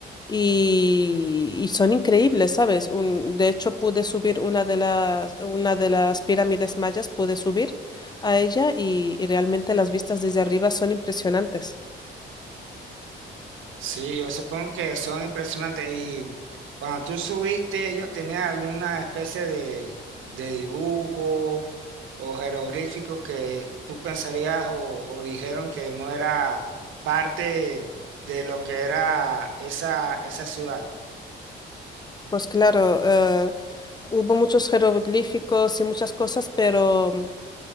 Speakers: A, on the left; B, on the right.
A: y, y son increíbles, ¿sabes? Un- de hecho, pude subir una de las, una de las pirámides mayas, pude subir a ella y, y realmente las vistas desde arriba son impresionantes.
B: Sí, yo supongo que son impresionantes. Y cuando tú subiste, ellos tenían alguna especie de, de dibujo o jeroglíficos que tú pensarías o, o dijeron que no era parte de lo que era esa, esa ciudad.
A: Pues claro, eh, hubo muchos jeroglíficos y muchas cosas, pero,